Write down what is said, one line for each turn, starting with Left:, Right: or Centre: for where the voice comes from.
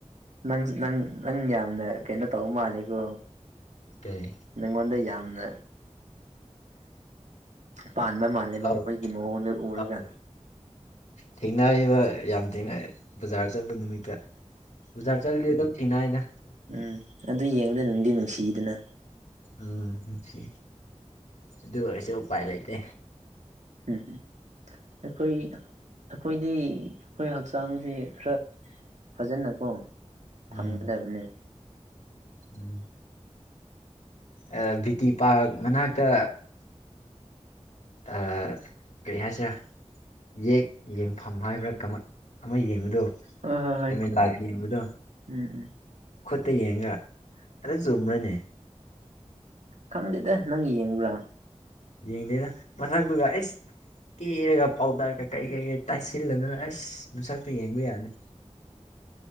Right: ꯅꯪ ꯅꯪ ꯅꯪ ꯌꯥꯝꯅ ꯀꯩꯅꯣ ꯇꯧꯕ ꯃꯥꯜꯂꯦꯀꯣ
Left: ꯀꯩ
Right: ꯅꯪꯉꯣꯟꯗ ꯌꯥꯝꯅ ꯄꯥꯟꯕ ꯃꯥꯜꯂꯦꯕ
Left: ꯑꯧ
Right: ꯃꯣꯏꯒꯤ ꯃꯑꯣꯡꯗ ꯎꯔꯒ
Left: ꯑꯧ ꯊꯦꯡꯅꯔꯤꯕ ꯌꯥꯝ ꯊꯦꯡꯅ ꯕꯖꯥꯔ ꯆꯠꯂꯨ ꯅꯨꯃꯤꯠꯇ ꯕꯖꯥꯔ ꯆꯠꯂꯗꯤ ꯑꯗꯨꯝ ꯊꯦꯡꯅꯩꯗ
Right: ꯎꯝ ꯑꯗꯨ ꯌꯦꯡꯕꯗ ꯅꯨꯡꯗꯤ ꯅꯨꯡꯁꯤꯗꯅ
Left: ꯎꯝ ꯅꯨꯡꯁꯤ ꯑꯗꯨ ꯑꯣꯏꯔꯁꯨ ꯎꯄꯥꯏ ꯂꯩꯇꯦ
Right: ꯎꯝ ꯑꯈꯣꯏ ꯑꯈꯣꯏꯗꯤ ꯑꯈꯣꯏ ꯍꯛꯆꯥꯡꯁꯦ ꯈꯔ ꯐꯖꯅꯀꯣ ꯊꯝꯒꯗꯕꯅꯤ
Left: ꯎꯝ ꯎꯝ ꯑꯥ ꯕꯤ ꯇꯤ ꯄꯥꯔꯛ ꯃꯅꯥꯛꯇ ꯑꯥ ꯀꯔꯤ ꯍꯥꯏꯁꯤꯔꯥ ꯌꯦꯛ ꯌꯦꯡꯐꯝ ꯍꯥꯏꯕ꯭ꯔꯥ ꯀꯃꯥꯏ ꯑꯃ ꯌꯦꯡꯕꯗꯣ
Right: ꯍꯣꯏ ꯍꯣꯏ ꯍꯣꯏ
Left: ꯑꯦꯝ ꯏꯤꯟ ꯂꯥꯏꯐ ꯌꯦꯡꯕꯗꯣ
Right: ꯎꯝ ꯎꯝ
Left: ꯈꯨꯠꯇ ꯌꯦꯡꯒ ꯑꯗ ꯆꯨꯝꯕ꯭ꯔꯅꯦ
Right: ꯈꯪꯗꯦꯗ ꯅꯪ ꯌꯦꯡꯕ꯭ꯔꯥ
Left: ꯌꯦꯡꯗꯦꯗ ꯃꯁꯛꯇꯨꯒ ꯑꯩꯁ ꯀꯦꯔꯒ ꯄꯥꯎꯗꯔ ꯀꯩ ꯀꯩ ꯀꯩ ꯀꯩ ꯇꯥꯏꯁꯤꯜꯂꯗꯅ ꯑꯁ ꯃꯁꯛꯇꯣ ꯌꯦꯡꯕ ꯌꯥꯅꯤ